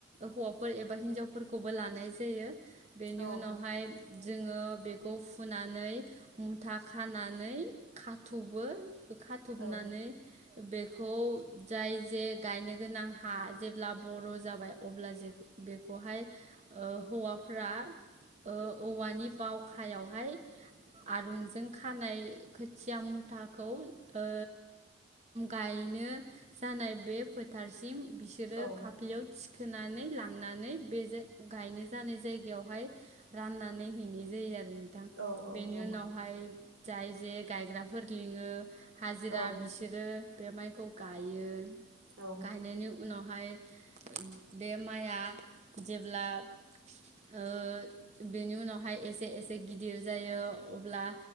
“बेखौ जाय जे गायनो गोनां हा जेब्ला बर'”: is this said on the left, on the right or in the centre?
Right